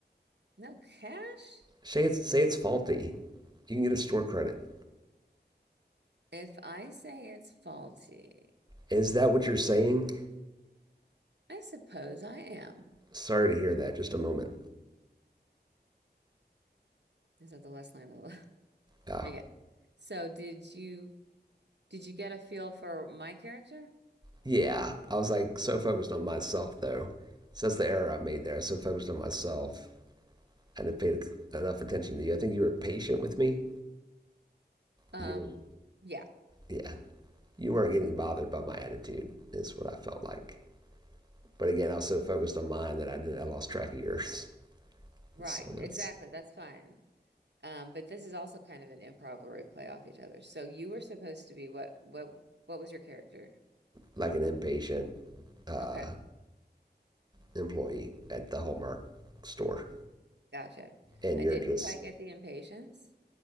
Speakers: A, on the right; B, on the right.
A: No cash?
B: Say it's say it's faulty, you can get a store credit.
A: If I say it's faulty,
B: Is that what you're saying?
A: I suppose I am.
B: Sorry to hear that. Just a moment.
A: Is that the last line of the <laughs>
B: Oh
A: Okay. So did you did you get a feel for my character?
B: yeah. I was like so focused on myself though. So that's the error I made there. I was so focused on myself. I didn't pay enough attention to you. I think you were patient with me.
A: Um,
B: You were,
A: yeah.
B: yeah, you weren't getting bothered by my attitude. That's what I felt like. But again, I was so focused on mine that I didn't. I lost track of yours. <laughs>
A: Right,
B: So that's
A: exactly. That's fine. Um, but this is also kind of an improv where we play off each other. So you were supposed to be what what what was your character?
B: like an impatient uh,
A: Okay,
B: employee at the Hallmark store,
A: gotcha.
B: and
A: I
B: you're
A: didn't
B: just
A: quite get the impatience.